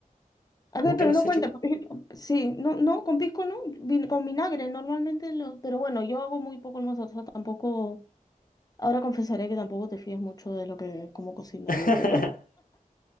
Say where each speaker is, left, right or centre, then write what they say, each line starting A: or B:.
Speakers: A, on the left; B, on the left.
A: A
B: Nunca
A: ver, pero
B: los
A: no
B: he
A: cuenta,
B: hecho. co-
A: porque yo- sí, no, no, con pisco no, vin- con vinagre, normalmente lo, pero bueno, yo hago muy poco el mozo, o sea, tampoco, ahora confesaría que tampoco te fías mucho de lo que, cómo cocino
B: <laughs>
A: yo, pero